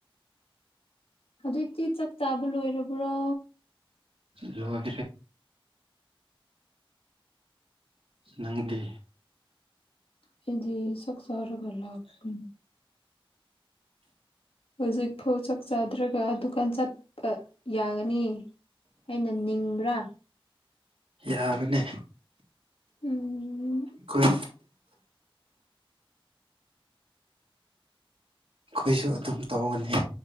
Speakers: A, on the left; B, on the right.
A: ꯍꯧꯖꯤꯛꯇꯤ ꯆꯥꯛ ꯆꯥꯕ ꯂꯣꯏꯔꯕ꯭ꯔꯣ
B: ꯂꯣꯢꯔꯦ ꯅꯪꯗꯤ
A: ꯑꯩꯗꯤ ꯆꯥꯛ ꯆꯥꯔꯒ ꯂꯥꯛ <unintelligible> ꯍꯧꯖꯤꯛꯐꯥꯎ ꯆꯥꯛ ꯆꯥꯗ꯭ꯔꯒ ꯗꯨꯀꯥꯟ ꯆꯠꯄ ꯌꯥꯒꯅꯤ ꯑꯩꯅ ꯅꯤꯡꯕ꯭ꯔꯥ
B: ꯌꯥꯕꯅꯦ
A: ꯎꯝ
B: ꯈꯣꯏ ꯈꯣꯏꯁꯨ ꯑꯗꯨꯝ ꯇꯧꯕꯅꯦ